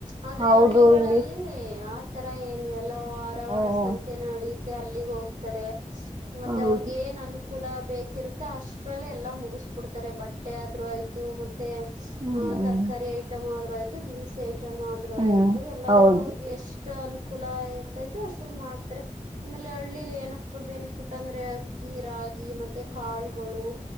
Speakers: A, on the right (about 70°); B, on the right (about 40°).
A: ಆದ್ರೆ
B: ಹೌದು
A: ಹಳ್ಳಿಗಳಲ್ಲಿ
B: ಇಲ್ಲಿ
A: ತರಏ ಎಲ್ಲ ವಾರ ವಾರ
B: ಹ್ಮ್
A: ಸಂತೆ ನಡುತ್ತೆ ಅಲ್ಲಿಗೆ ಹೋಗ್ ತರೇ ಮತ್ತೆ
B: ಹೌದು
A: ಅವ್ರಗ ನ್ನ್ ಕೂಲ ಬೇಕಿರುತ್ತೆ ಅಷ್ಟ್ರಲ್ಲೇ ಎಲ್ಲ ಮುಗಿಸ್ಬಿಡ್ತಾರೆ ಬಟ್ಟೆ ಆದ್ೂ ಆಯ್ತು ಮತ್ತೆ ಮತ್ತೆ
B: ಹ್ಮ್
A: ಆ ತರಕಾರಿ ಐಟಮ್ ಆದ್ರೂ ಆಯ್ತ ದಿನನ್ ಸೆಟ್ ಇ್ೂ
B: ಹ್ಮ್
A: ಆಯ್ತು ಎಲ್ಲದ್ರಲ್ಲೂ
B: ಹೌದು
A: ಅವ್ರಿಗೆ ಎಷ್ಟು ಅ ಕುಲ ಇರ್ತೈತೆ ಅಷ್ಟಲ್ಲಿ ಮಾಡ್ತಾರೆ ಆಮೇಲೆ ಹಳ್ಳಿಲಿ ಏನಪ್ಪ ಬೆನಿಫಿಟ್ ಅಂದ್ರೆ ಕೀರಾ ಮತ್ತೆ ಕಾಳಗಳು